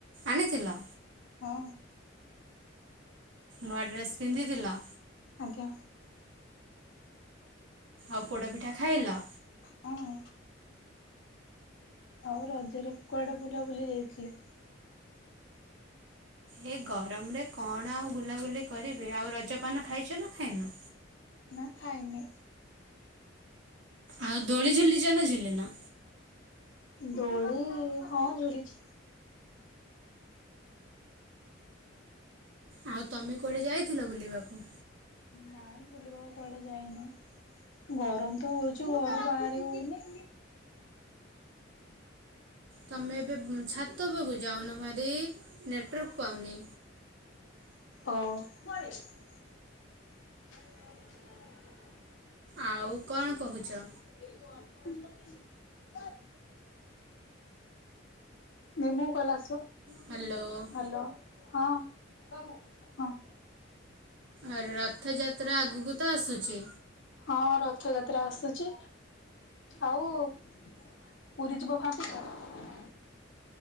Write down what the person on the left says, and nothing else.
ହଁ।
ଆଜ୍ଞା
ହଁ ଆଉ ରଜରେ କୁଆଡେ ବୁଲାବୁଲି ଯାଇଛି ଯାଇଥିଲି
ନା ଖାଇନି
ଦୋଳି ହଁ ଝୁରିଛି
ନାଇଁ କୁଆଡେ ଯାଇନି ଗରମ ତ ହଉଛି ଘରୁ ବାହାରି ହଉନି
ହଉ <inaudible>
<unintelligible> ନିମୁ କହିଲ ଆସିବ
ହ୍ୟାଲୋ ହଁ ହଁ।
ହଁ ରଥଯାତ୍ରା ଆସୁଛି ଆଉ-ଉ-ଉ ପୁରୀ ଯିବ ଭାବୁଛ--ଭାବୁଛ?